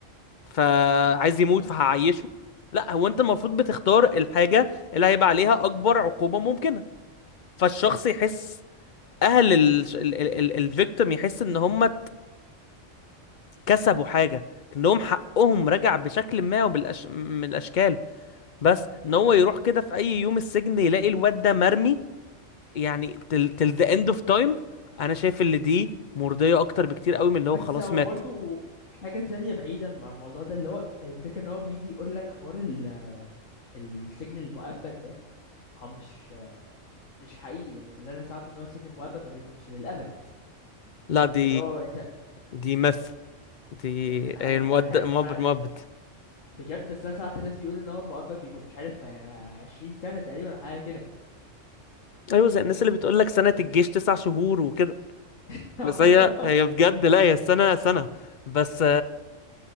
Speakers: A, on the left; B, on the left.
A: فعايز يموت فهعيشه لا هو انت المفروض بتختار الحاجة اللي هيبقى عليها اكبر عقوبة ممكنة فالشخص يحس
B: منطقي
A: اهل الفيكتيم يحس ان هم كسبوا حاجة انهم حقهم رجع بشكل ما وبالأش... من الاشكال بس ان هو يروح كده في اي يوم السجن يلاقي الواد ده مرمي يعني till till the end of time انا شايف اللي دي مرضية اكتر بكتير قوي من اللي هو
B: بس
A: خلاص
B: هو
A: مات
B: برضو حاجه تانية بعيده عن الموضوع ده اللي هو الفكره ان هو بيجي يقول لك حوار ال- السجن المؤبد ده هو مش مش حقيقي يعني اللي انا سمعته ان هو السجن المؤبد ما بيكونش للابد
A: لا
B: يعني
A: دي
B: انت لو انت
A: دي مث دي
B: يعني انا حاسس
A: هي المؤد
B: انا حاسس
A: مؤبد
B: ساعة...
A: مؤبد
B: بجد بس انا ساعات الناس بيقولوا ان هو المؤبد بيكون مش عارف آه، 20 سنه تقريبا أو حاجه كده
A: ايوه زي الناس اللي بتقول لك سنة الجيش تسع شهور وكده
B: <laughs>
A: بس هي هي بجد لا هي السنة سنة بس